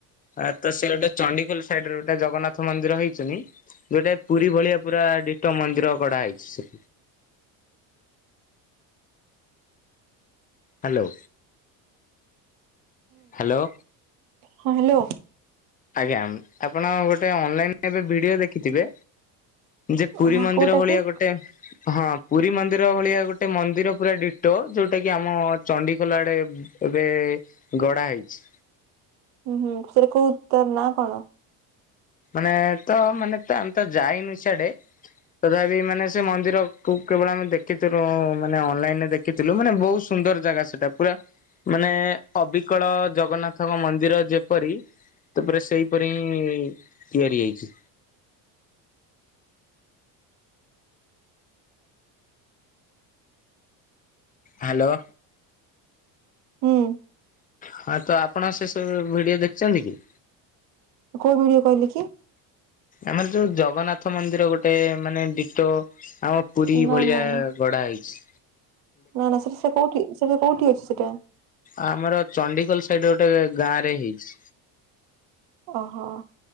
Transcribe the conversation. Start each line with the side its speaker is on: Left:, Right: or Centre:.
Left: ଆ ତ ସେ ଗୋଟେ ଚଣ୍ଡିଖୋଲ ସାଇଡରେ ଗୋଟେ ଜଗନ୍ନାଥ ମନ୍ଦିର ହେଇଛନ୍ତି ଯୋଉଟା ପୁରୀ ଭଳିଆ ପୁରା ତା ଡିଟୋ ମନ୍ଦିର ଗଢ଼ା ହେଇଚି। ସେ ହ୍ୟାଲୋ। ହାଲୋ
Right: ହଁ ହ୍ୟାଲୋ
Left: ଆପଣ ଗୋଟେ ଅନଲାଇନ ଏବେ ଭିଡିଓ ଦେଖିଥିବେ ଯେ ପୁରୀ
Right: ହଁ
Left: ମନ୍ଦିର
Right: କୋଉଟା
Left: ଭଳିଆ
Right: କି?
Left: ଗୋଟେ ହଁ ପୁରୀ ମନ୍ଦିର ଭଳିଆ ଗୋଟେ ମନ୍ଦିର ପୁରା ଡିଟୋ ଯୋଉଟା କି ଆମ ଚଣ୍ଡିଖୋଲ ଆଡେ ଏବେ ଗଢା ହେଇଚି।
Right: ହୁଁ ହୁଁ ସେଟା କୋଉ ତାର ନା କଣ?
Left: ମାନେ ତ ମାନେ ତ ଆମେ ତ ଯାଇନୁ ସିଆଡେ ତଥାପି ମାନେ ସେ ମନ୍ଦିରକୁୁ କେବଳ ଆମେ ଦେଖିଥିଲୁ ମାନେ ଅନଲାଇନରେ ଦେଖିଥିଲୁ ମାନେ ବହୁତ ସୁନ୍ଦର ଜାଗା ସେଟା ପୁରା ମାନେ ଅବିକଳ ଜଗନ୍ନାଥଙ୍କ ମନ୍ଦିର ଯେପରି ତାପରେ ସେଇପରି ହିଁ ତିଆରି ହେଇଛି। ହାଲୋ
Right: ହୁଁ।
Left: ହଁ ତ ଆପଣ ସେ ସବୁ ଭିଡିଓ ଦେଖିଛନ୍ତି କି
Right: କୋଉ ଭିଡିଓ କହିଲେ କି
Left: ଆମର ଯୋଉ ଜଗନ୍ନାଥ ମନ୍ଦିର ଗୋଟେ ମାନେ ଡିଟୋ ଆମ ପୁରୀ
Right: ନା
Left: ଭଳିଆ
Right: ନା ନା
Left: ଗଢା ହେଇଚି।
Right: ନା ନା ସେଟା ସେ କୋଉଠି ସେଟା କୋଉଠି ଅଛି ସେଟା?
Left: ଆମର ଚଣ୍ଡିଖୋଲ ସାଇଡ ରେ ଗୋଟେ ଗାଁ ରେ ହେଇଚି।
Right: ଓହୋ।